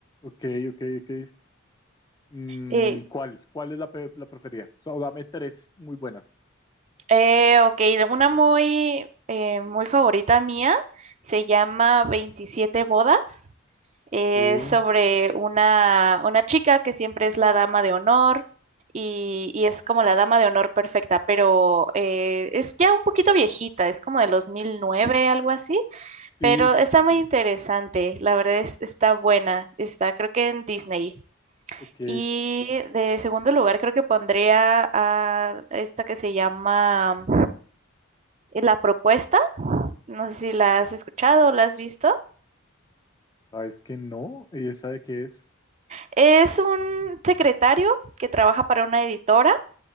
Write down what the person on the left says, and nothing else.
Ok, ok, ok. Mm,
¿cuál? ¿Cuál es la, pe- la preferida? O sea, dame tres muy buenas.
Eh,
sí,
sí,
sí, sí.
Ok.
¿Sabes que no? ¿Y esa de qué es?